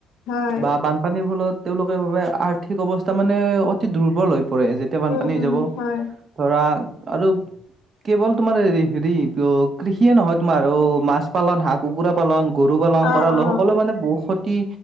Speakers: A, on the left (about 75°); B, on the right (about 40°).
A: হয়
B: বা বানপানীৰ ফলত তেওঁলোকে বাবে আৰ্থিক অৱস্থা মানে অতি দুৰ্বল হৈ পৰে যেতিয়া বানপানী
A: উম উম
B: যাব,
A: হয়
B: ধৰা আৰু কেৱল তোমাৰ হেৰি কৃষিয়ে নহয়, তোমাৰ অ মাছ পালন, হাঁহ কুকুৰা পালন, গ ৰু পালন
A: অ
B: কৰা
A: অ
B: লোকসকলে মানে বহু ক্ষতি